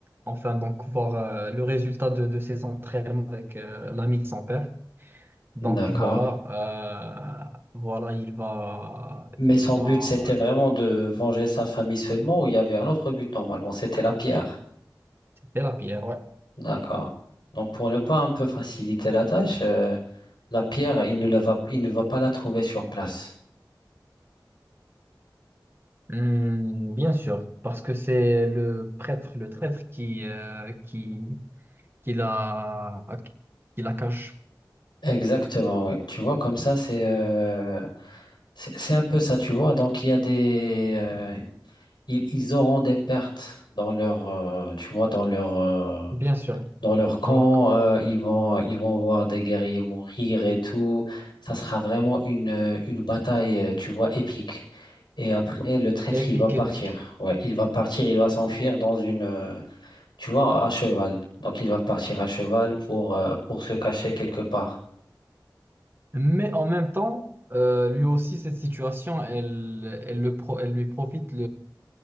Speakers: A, on the right; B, on the left.
A: enfin donc voir euh, le résultat de, de ses entraînements avec euh, l'ami de son père. Donc
B: D'accord.
A: voilà, euh, voilà, il va,
B: Mais
A: il
B: son
A: va
B: but, c'était vraiment de venger sa famille seulement ou il y avait un autre but normalement, c'était la pierre.
A: tuer la pierre, ouais.
B: D'accord. Donc pour ne pas un peu faciliter la tâche, euh, la pierre, il ne la va, il ne va pas la trouver sur place.
A: Hmm, bien sûr, parce que c'est le prêtre, le traître qui, euh, qui, qui la, qui la cache,
B: Exactement, oui. Tu vois, comme ça, c'est euh, c'est c'est un peu ça, tu vois. Donc il y a des euh, ils, ils auront des pertes dans leur euh, tu vois dans leur euh,
A: bien sûr,
B: dans leur camp,
A: dans leur camp.
B: euh,
A: ouais.
B: ils vont, ils vont voir des guerriers mourir et tout. Ça sera vraiment une, euh, une bataille, euh, tu vois, épique. Et après, le traître,
A: Épique,
B: il va partir.
A: épique.
B: Ouais, il va partir, il va s'enfuir dans une, euh, tu vois, à cheval. Donc, il va partir à cheval pour, euh, pour se cacher quelque part.
A: Mais en même temps, euh, lui aussi, cette situation, elle, elle, le pro- elle lui profite